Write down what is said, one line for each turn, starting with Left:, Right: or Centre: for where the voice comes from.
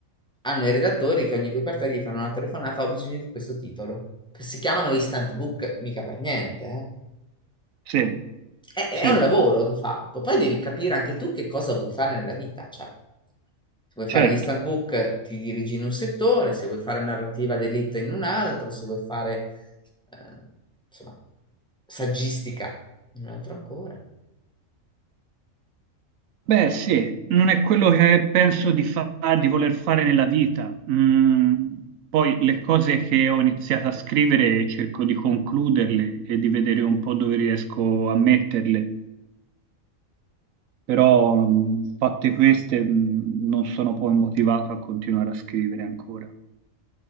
Centre: Hanno i redattori che ogni due per tre gli fanno una telefonata, ho bisogno di questo titolo. Si chiamano instant book, mica per niente, eh.
Right: Sì,
Centre: È, è
Right: sì,
Centre: un lavoro di fatto. Poi devi capire anche tu che cosa vuoi fare nella vita. Cioè, se vuoi
Right: certo.
Centre: fare instant book, ti dirigi in un settore, se vuoi fare narrativa d'elite in un altro, se vuoi fare, eh, insomma, saggistica in un altro ancora.
Right: Beh, sì, non è quello che penso di fa- di voler fare nella vita. Mm, poi le cose che ho iniziato a scrivere cerco di concluderle e di vedere un po' dove riesco a metterle, però mm, fatte queste mm, non sono poi motivato a continuare a scrivere ancora.